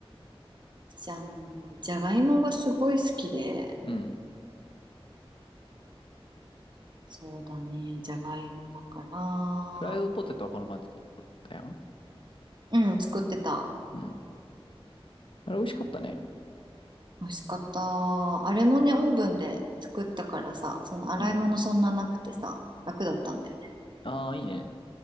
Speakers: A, on the right (about 50°); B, on the left (about 60°).
A: あの、じゃがいもがすごい好きで、
B: うん。
A: そうだね、じゃがいもだから、
B: フライドポテトはこの前作ったやん。
A: うん、作ってた。
B: うん。あれ美味しかったね。
A: 美味しかった。あれもね、オーブンで作ったからさ、その洗い物そんななくてさ、
B: うん。
A: 楽だったんだよね。
B: ああ、いいね。